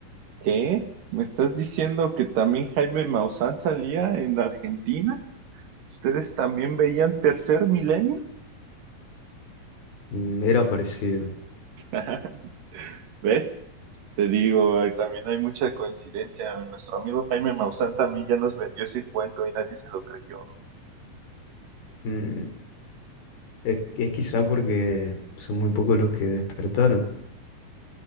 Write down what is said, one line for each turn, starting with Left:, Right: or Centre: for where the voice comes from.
Right: ¿Qué? ¿Me estás diciendo que también Jaime Maussan salía en Argentina? ¿Ustedes también veían Tercer Milenio?
Left: Mm, Era parecido.
Right: <laughs> ¿Ves? Te digo, hay- también hay mucha coincidencia. Nuestro amigo Jaime Maussan también ya nos vendió ese cuento y nadie se lo creyó.
Left: Mm, Es, es quizá porque son muy pocos los que despertaron.